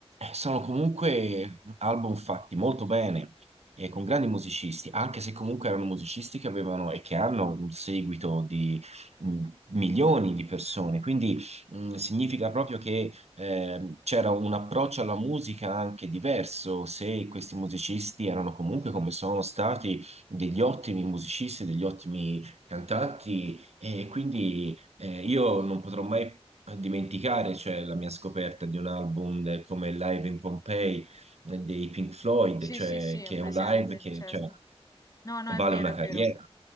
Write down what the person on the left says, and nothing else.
Sì,
sì, sì,
ho presente,
certo.
No, no, è
vero,
è vero.